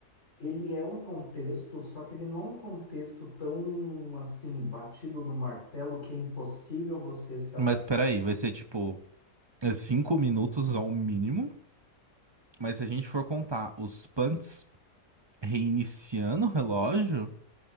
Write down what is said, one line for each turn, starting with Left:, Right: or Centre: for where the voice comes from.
Left: Ele é um contexto, só que ele não é um contexto tão assim batido no martelo que é impossível você se adaptar
Right: Mas peraí, vai ser tipo é cinco minutos ao mínimo. Mas se a gente for contar os punts reiniciando o relógio,